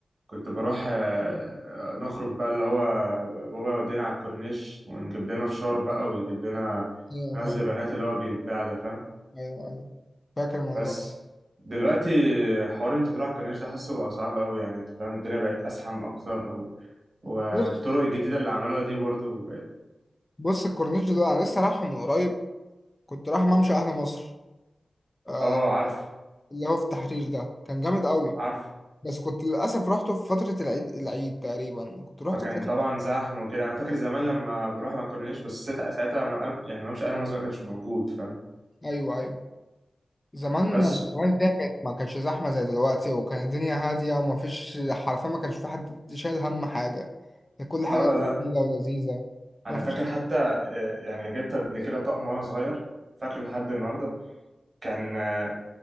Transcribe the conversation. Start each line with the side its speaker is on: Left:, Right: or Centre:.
Right: كنت بروح آه، آه، نخرج بقى اللي هو بابا يودينا على الكورنيش ونجيب لنا فشار بقى ويجيب لنا
Left: ايوه
Right: غزل
Left: فاهم
Right: بنات اللي هو بيتباع ده فاهم
Left: ايوه ايوه فاكر الموضوع
Right: بس
Left: ده
Right: دلوقتي حوار انت تروح على الكورنيش ده حاسه بقى صعب قوي يعني انت فاهم الدنيا بقت ازحم اكتر و... والطرق
Left: بص
Right: الجديده اللي عملوها دي برضو بقت
Left: بص الكورنيش ده انا لسه رايحه من قريب كنت رايح ممشى اهل مصر آه
Right: اه عارف
Left: اللي هو في التحرير ده كان جامد قوي
Right: عارف
Left: بس كنت للاسف رحته في فتره العيد العيد تقريبا كنت رحت
Right: فكان
Left: في فتره
Right: طبعا زحمه وكده انا فاكر زمان لما بروح ما كورنيش بس ساعتها ساعتها ما- يعني ممشي اهل مصر ما كانش موجود فاهم
Left: ايوه ايوه زمان
Right: بس
Left: زمان الدنيا كانت ما كانتش زحمة زي دلوقتي وكانت الدنيا هادية وما فيش حرفيا ما كانش في حد شايل هم حاجة كانت كل حاجة
Right: اه لا
Left: جميلة ولذيذة
Right: انا
Left: ما فيش
Right: فاكر حتى آه، يعني جبت قبل كده طقم وانا صغير فاكره لحد النهارده كان آه،